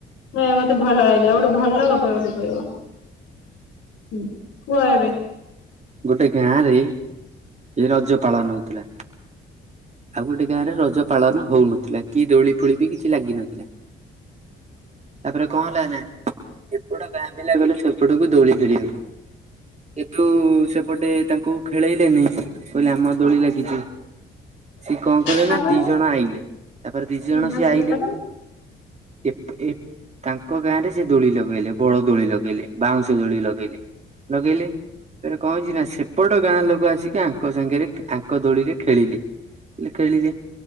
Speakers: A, on the left; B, on the right.
A: ହଁ ମତେ ଭଲ ଲାଗିବ ଗୋଟେ ଭଲ ଗପ ଗୋଟେ କହିବ। ହୁଁ କୁହ ଏବେ
B: ଗୋଟେ ଗାଁ ରେ କି ରଜ ପାଳନ ହଉଥିଲା। ଆଉ ଗୋଟେ ଗାଁରେ ରଜ ପାଳନ ହଉନଥିଲା କି ଦୋଳି ଫୋଳି ବି କିଛି ଲାଗିନଥିଲା। ତାପରେ କଣ ହେଲା ନା ଏପଟ ଗାଁ ପିଲା ଗଲେ ସେପଟକୁ ଦୋଳି ଫୋଳିବାକୁ। କିନ୍ତୁ ସେପଟେ ତାଙ୍କୁ ଖେଳେଇଲେନି କହିଲେ ଆମ ଦୋଳି ଲାଗିଛି ସିଏ କଣ କଲେ
A: ତାପରେ
B: ନା ଦି ଜଣ ଆଇଲେ ତାପରେ ଦି ଜଣ
A: ହୁଁ
B: ସିଏ
A: ଆସିଲେ
B: ଆଇଲେ
A: ତାପରେ
B: ଏପ ଏପ ତାଙ୍କ ଗାଁ ରେ ସେ ଦୋଳି ଲଗେଇଲେ ବଡ ଦୋଳି ଲଗେଇଲେ ବାଉଁଶ ଦୋଳି ଲଗେଇଲେ। ଲଗେଇଲେ କଣ ହେଇଚି ନା ସେପଟ ଗାଁ ଲୋକ ଆସିକି ଆଙ୍କ ସାଙ୍ଗରେ ଆଙ୍କ ଦୋଳିରେ ଖେଳିଲେ। ଏ ଖେଳିଲେ